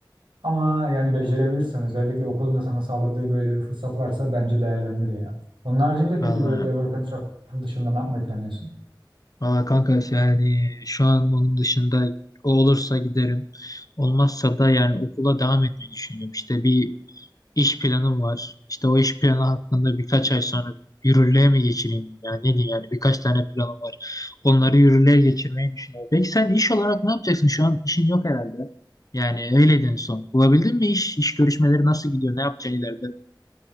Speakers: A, on the right; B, on the left.
A: Ama yani becerebilirsen özellikle okulun da sana sağladığı böyle bir fırsat varsa bence değerlendir ya. Onun haricinde peki
B: Vallahi
A: böyle work and travel dışında ne yapmayı planlıyorsun?
B: Valla kanka işte yani şu an onun dışında o olursa giderim. Olmazsa da yani okula devam etmeyi düşünüyorum. İşte bir iş planım var. İşte o iş planı hakkında birkaç ay sonra yürürlüğe mi geçireyim? Yani ne diyeyim yani birkaç tane planım var. Onları yürürlüğe geçirmeyi düşünüyorum. Peki sen iş olarak ne yapacaksın? Şu an işin yok herhalde. Yani öyleydin en son. Bulabildin mi iş? İş görüşmeleri nasıl gidiyor? Ne yapacaksın ileride?